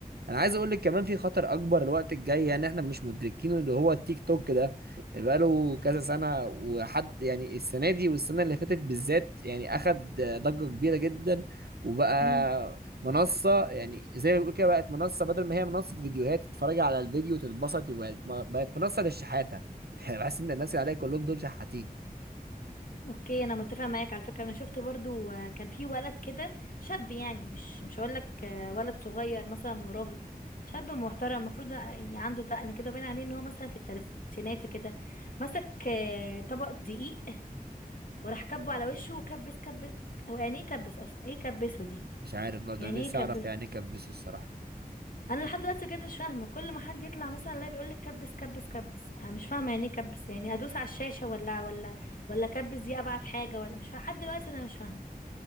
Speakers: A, on the right; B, on the left.
A: انا عايز اقول لك كمان في خطر اكبر الوقت الجاي يعني احنا مش مدركينه اللي هو التيك توك ده بقاله كذا سنه وحد يعني السنه دي والسنه اللي فاتت بالذات يعني اخد ضجه كبيره جدا وبقى
B: امم
A: منصة يعني زي ما بيقول كده بقت منصة بدل ما هي منصة فيديوهات تتفرج على الفيديو وتتبسط بقت بقت منصة للشحاتة <laughs> بحس ان الناس اللي عليها كلهم دول شحاتين
B: اوكي انا متفق معاك على فكره انا شفت برضو آه، كان في ولد كده شاب يعني مش مش هقول لك آه، ولد صغير مثلا مراهق شاب محترم المفروض ده- يعني عنده دقن كده باين عليه ان هو مثلا في الثلاثينات كده مسك آه، طبق دقيق وراح كبه على وشه وكبس كبس هو يعني ايه كبس اصلا ايه كبسه دي
A: مش عارف برضه
B: يعني
A: انا نفسي
B: ايه كبس
A: اعرف يعني ايه كان بيسو الصراحة
B: انا لحد دلوقتي كده مش فاهمه كل ما حد يطلع مثلا لا بيقول لك كبس كبس كبس انا مش فاهمه يعني ايه كبس يعني ادوس على الشاشه ولا ولا ولا كبس دي ابعت حاجه ولا مش فاهمه لحد دلوقتي انا مش فاهمه